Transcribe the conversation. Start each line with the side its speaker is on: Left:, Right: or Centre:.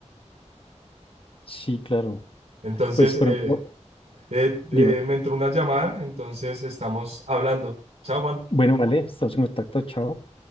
Left: Sí, claro.
Right: Entonces,
Left: Pues, por
Right: eh,
Left: ejemplo,
Right: Eh,
Left: dime,
Right: eh, me entró una llamada, entonces estamos hablando. Chao, Juan.
Left: bueno, vale, estamos en contacto, chao.